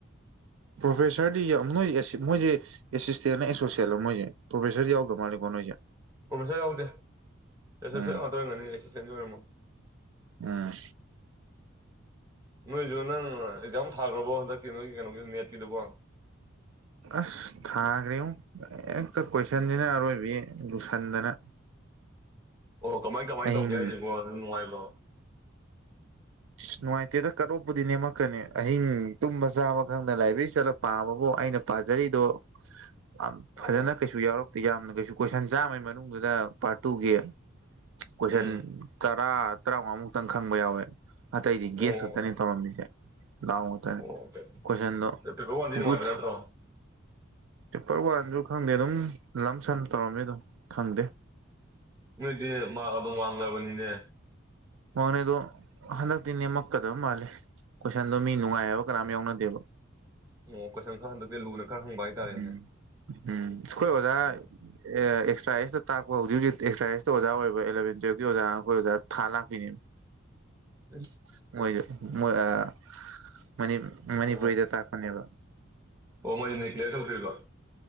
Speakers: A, on the right; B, on the right.
A: ꯄ꯭ꯔꯣꯐꯦꯁꯔꯗꯤ ꯌꯥꯝ ꯅꯣꯏ ꯑꯁꯤ ꯃꯣꯏꯁꯦ ꯑꯦꯁꯤꯁꯇꯦꯟꯂꯣ ꯑꯦꯁꯣꯁꯤꯌꯦꯠꯂꯣ ꯃꯣꯏꯁꯦ ꯄ꯭ꯔꯣꯐꯦꯁꯔ ꯌꯥꯎꯗꯕ ꯃꯥꯜꯂꯦꯀꯣ ꯅꯣꯏꯁꯦ
B: ꯄ꯭ꯔꯣꯐꯦꯁꯔ ꯌꯥꯎꯗꯦ ꯑꯦꯁꯣꯁꯤꯠ
A: ꯎꯝ
B: ꯋꯥꯗꯔꯝꯒꯅꯤ ꯑꯦꯁꯤꯁꯇꯦꯟ ꯑꯣꯏꯔꯝꯃꯣ
A: ꯎꯝ
B: ꯅꯣꯏꯁꯨ ꯅꯪ ꯑꯦꯛꯖꯥꯝ ꯊꯥꯈ꯭ꯔꯕꯣ ꯍꯟꯗꯛꯀꯤ ꯅꯣꯏꯒꯤ ꯀꯩꯅꯣꯒꯤ ꯅꯦꯠꯀꯤꯗꯨꯕꯣ
A: ꯑꯁ ꯊꯥꯈ꯭ꯔꯦꯉꯣ ꯍꯦꯛꯇ ꯀꯣꯏꯁꯟꯅꯤꯅ ꯑꯔꯣꯏꯕꯤ ꯂꯨꯁꯟꯗꯅ
B: ꯑꯣ ꯀꯃꯥꯏ ꯀꯃꯥꯏꯅ
A: ꯑꯍꯤꯡ
B: ꯇꯧꯒꯦ ꯍꯥꯏꯔꯤꯁꯤꯕꯣ ꯑꯗꯨ ꯅꯨꯡꯉꯥꯏꯕ꯭ꯔꯣ
A: ꯑꯁ ꯅꯨꯡꯉꯥꯏꯇꯦꯗ ꯀꯠꯂꯣꯛꯞꯄꯨꯗꯤ ꯅꯦꯝꯃꯛꯀꯅꯤ ꯑꯍꯤꯡ ꯇꯨꯝꯕ ꯆꯥꯕ ꯈꯪꯗꯅ ꯂꯥꯏꯕ꯭ꯔꯦꯔꯤ ꯆꯠꯂꯛꯄ ꯄꯥꯕꯕꯨ ꯑꯩꯅ ꯄꯥꯖꯔꯤꯗꯣ ꯑꯝ ꯐꯖꯅ
B: ꯑꯣ
A: ꯀꯩꯁꯨ ꯌꯥꯎꯔꯛꯇꯦ ꯌꯥꯝꯅ ꯀꯩꯁꯨ ꯀꯣꯏꯁꯟ ꯆꯥꯝꯃꯩ ꯃꯅꯨꯡꯗꯨꯗ ꯄꯥꯔꯠ ꯇꯨꯒꯤ ꯀꯣꯏꯁꯟ
B: ꯎꯝ
A: ꯇꯔꯥ ꯇꯔꯥꯃꯉꯥꯃꯨꯛꯇꯪ ꯈꯪꯕ ꯌꯥꯎꯋꯦ ꯑꯇꯩꯗꯤ ꯒꯦꯁ
B: ꯑꯣ
A: ꯈꯛꯇꯅꯤ
B: ꯑꯁ
A: ꯇꯧꯔꯝꯃꯤꯁꯦ ꯂꯥꯎ
B: ꯑꯣ ꯑꯣꯀꯦ
A: ꯀꯣꯏꯁꯟꯗꯣ
B: ꯄꯦꯄꯔ ꯋꯥꯟꯗꯤ ꯅꯨꯡꯉꯥꯏꯕ
A: ꯒꯨꯗ
B: ꯅꯠꯇ꯭ꯔꯣ
A: ꯆꯥꯞꯇꯦꯔ ꯋꯥꯟꯁꯨ ꯈꯪꯗꯦ ꯑꯗꯨꯝ ꯂꯝ ꯁꯟ ꯇꯧꯔꯝꯃꯦ ꯑꯗꯨꯝ ꯈꯪꯗꯦ
B: ꯅꯣꯏꯗꯤ ꯑꯗꯨꯝ ꯃꯥꯡꯅꯕꯅꯤꯅꯦ
A: ꯋꯥꯡꯅꯩꯗꯣ ꯍꯟꯗꯛꯇꯤ ꯅꯦꯝꯃꯛꯀꯗꯕ ꯃꯥꯜꯂꯦ ꯀꯣꯏꯁꯟꯗꯣ ꯃꯤ ꯅꯨꯡꯉꯥꯏ ꯍꯥꯏꯕ ꯀꯅꯥꯝ ꯌꯥꯎꯅꯗꯦꯕ
B: ꯑꯣ ꯀꯣꯏꯁꯟ ꯈꯔ ꯍꯟꯗꯛꯇꯤ ꯂꯨꯅ ꯈꯔ ꯍꯪꯕ ꯍꯥꯏꯇꯥꯔꯦꯅꯦ
A: ꯎꯝ ꯎꯝ ꯑꯈꯣꯏ ꯑꯣꯖꯥ
B: ꯑꯣ
A: ꯑꯦꯛꯁꯇ꯭ꯔꯥ ꯑꯦꯁꯇ ꯇꯥꯛꯄ ꯍꯧꯖꯤꯛ ꯍꯧꯖꯤꯛ ꯑꯦꯛꯁꯇ꯭ꯔꯥ ꯑꯦꯁꯇ ꯑꯣꯖꯥ ꯑꯣꯏꯕ ꯑꯦꯂꯚꯦꯟ ꯇꯨꯋꯜꯞꯀꯤ ꯑꯣꯖꯥ ꯑꯩꯈꯣꯏ ꯑꯣꯖꯥ ꯊꯥ ꯂꯥꯛꯄꯤꯅꯦꯕ
B: ꯏꯁ
A: <unintelligible> ꯃꯣꯏ ꯃꯣꯏ ꯑꯥ ꯃꯅꯤ ꯃꯅꯤꯄꯨꯔꯤꯗ
B: ꯑꯣ
A: ꯇꯥꯛꯄ ꯊꯟꯅꯦꯕ
B: ꯑꯣ ꯃꯣꯏꯗꯨ ꯀꯂꯤꯌꯥꯔ ꯇꯧꯗꯔ꯭ꯤꯕ